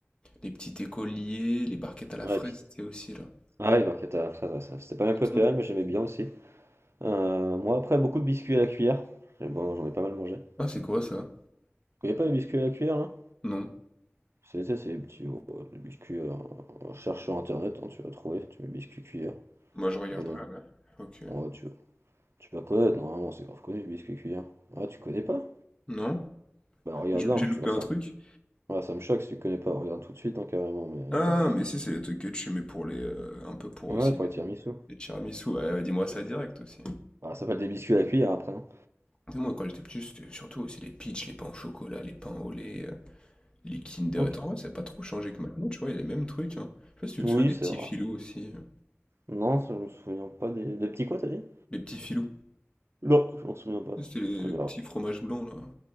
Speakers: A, on the left; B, on the right.
A: les petits écoliers, les barquettes à
B: Ouais,
A: la fraise,
B: et puis-
A: tu sais, aussi, là.
B: ah, les barquettes à la fraise, ouais, ça, c'était pas mes
A: Tu
B: préférés,
A: te souviens
B: mais j'aimais bien aussi. Euh, moi après, beaucoup de biscuits à la cuillère. Et bon, j'en ai pas mal mangé. Vous
A: Ah, c'est quoi, ça?
B: connaissez pas les biscuits à la cuillère, là?
A: Non.
B: C'est c'est- c'est les petits euh, les biscuits, euh, euh, cherche sur internet, hein, tu vas trouver, tu mets biscuits cuillère.
A: Moi, je regarderai,
B: Mais non,
A: ouais. Ok.
B: ouais, tu, tu vas connaître, normalement, c'est grave connu, le biscuit cuillère. Ah, tu connais pas?
A: Non?
B: Bah regarde
A: J-
B: là,
A: J'ai
B: hein, je
A: loupé
B: suis
A: un
B: sûr
A: truc?
B: Ouais, ça me choque si tu connais pas, regarde tout de suite hein, carrément, mais euh,
A: Ah,
B: si
A: mais
B: tu-
A: si, c'est les trucs que tu mets pour les. euh, un peu pour aussi
B: ouais, pour
A: les,
B: les tiramisu.
A: les tiramisu. Ouais, ouais, dis-moi
B: C'est-
A: ça direct aussi.
B: Ah, ça s'appelle des biscuits à la cuillère après. hein.
A: Tu sais, moi, quand j'étais petit, c'était surtout aussi les peach, les pains au chocolat, les pains au lait, euh, les Kinder.
B: Ok.
A: Et tout. en vrai, ça n'a pas trop changé que maintenant, tu vois, il y a les mêmes trucs. Hein. Je sais pas si tu
B: Oui,
A: te souviens des
B: c'est
A: petits
B: vrai.
A: filous aussi. euh.
B: Non, ça, je me souviens pas des, des petits quoi, t'as dit?
A: Les petits filous.
B: Non, je m'en souviens pas.
A: C'était les,
B: Je regarde.
A: les petits fromages blancs, là.